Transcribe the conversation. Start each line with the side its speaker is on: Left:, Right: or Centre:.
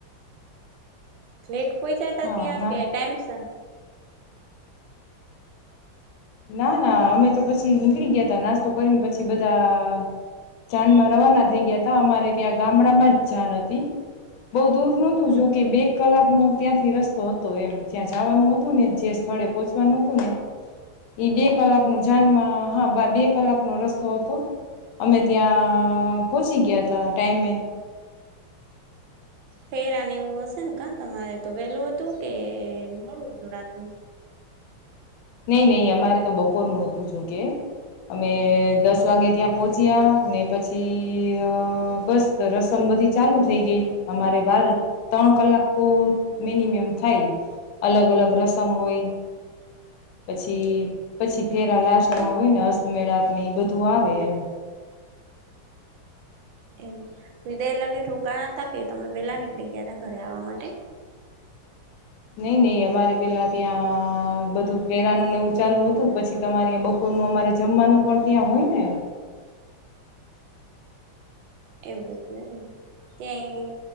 Right: <inaudible> કોઈ જતા
Left: હા
Right: ત્યાં
Left: ના
Right: કે ટાઈમ સર.
Left: ના ના અમે તો પછી નીકળી ગયા ત નાસ્તો કરીને પછી બધા જાનમાં રવાના થઈ ગયા ત અમારે ત્યાં ગામડામાં જ જાન હતી બહુ દૂર નું તુંજું કે બે કલાકનો ત્યાંથી રસ્તો હતો એમ જ્યાં જવાનું હતું ને જે સ્થળે પોહોંચવાનું હતું ને ડે કલાક મ જાનમાં હા બે કલાકનો રસ્તો હતો અમે ત્યાં પહોંચી ગયા હતા ટાઈમે
Right: ફેરાને એવું હશે ને કણ તમારે તો વહેલું હતું કે મોડું હતું રાતનું
Left: નહી નહી અમારે તો બપોરનુંું હતું જોકે અમે દસ વાગે ત્યાં પહોંચ્યા ને પછી બસ રસમ બધી ચાલુ થઈ ગઈ અમારે વાર ત્રણ કલાક તો મિનિમમ થાય અલગ અલગ રસમ હોય પછી પછી ફેરા લાસ્ટમાં હોય ને અસ્તમેળાપને બધું આવે એમ
Right: એવું વિદાય લગ્ન રોકાણ હતા કે તમે પેલા નીકળી ગયા ત ઘરે આવવા માટે
Left: નહીં નહીં અમારે પેલા ત્યાં બધું ફેરાનું ને એવું ચાલુ હતું પછી તમારેં બપોરનું અમારે જમવાનું પણ ત્યાં હોય ને
Right: એવું હતું એમને ત્યાંય